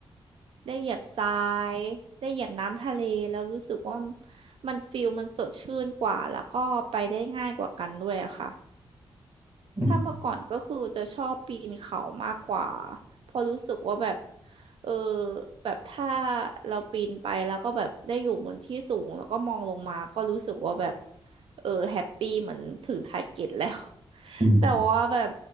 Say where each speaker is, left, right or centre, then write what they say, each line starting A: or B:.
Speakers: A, on the right (about 70°); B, on the right (about 20°).
A: ได้เหยียบทรายได้เหยียบน้ำทะเลแล้วรู้สึกว่ามันฟิลมันสดชื่นกว่าแล้วก็ไปได้ง่ายกว่ากันด้วยอะค่ะ
B: อื
A: ถ้าเมื่อก่อนก็คือจะชอบปีนเขามากกว่าเพอราะรู้สึกว่าแบบเออแบบถ้าเราปีนไปแล้วก็แบบได้อยู่บนที่สูงแล้วก็มองลงมาก็รู้สึกว่าแบบเออแฮปปี้เหมือนถึงทาร์เก็ตแล้ว <laughs>
B: ม
A: แต่ว่าแบบ